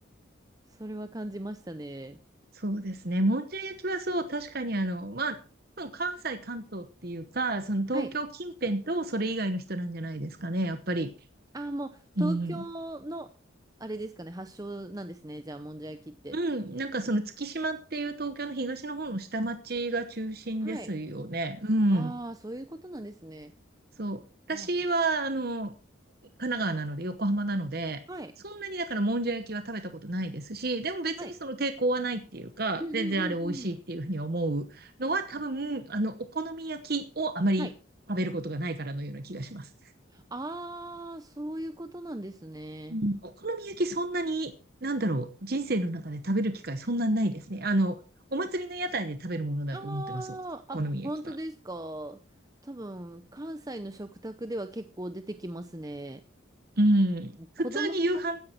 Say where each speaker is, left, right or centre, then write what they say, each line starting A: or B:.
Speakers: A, on the right; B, on the right.
A: それは感じましたね。
B: そうですね。もんじゃ焼きはそう、確かにあの、まあ、多分関西、関東っていうか、その東京近辺とそれ以外の人なんじゃないですかね、
A: はい。
B: やっぱり。
A: あ、もう東京の、
B: うん。
A: あれですかね、発祥なんですね。じゃあ、もんじゃ焼きって。
B: うん。なんかその月島っていう東京の東の方の下町が中心ですよね。
A: はい。
B: うん。
A: ああ、そういうことなんですね。
B: そう。私は、
A: あ、
B: あの、神奈川なので、横浜なので、
A: はい。
B: そんなにだからもんじゃ焼きは食べたことないですし、でも別にその抵抗はないっていうか、
A: はい。うんうんうんうん。
B: 全然あれ美味しいっていうふうに思うのは多分、あの、お好み焼きをあまり食べることがないからのような気がします。
A: はい。ああ、そういうことなんですね。
B: うん。お好み焼きそんなに、なんだろう、人生の中で食べる機会そんなにないですね。あの、お祭りの屋台で食べるものだと思ってます。
A: ああ、
B: お好み焼きは。
A: あ、本当ですか。多分、関西の食卓では結構出てきますね。
B: うん。普通に夕飯
A: 子供が、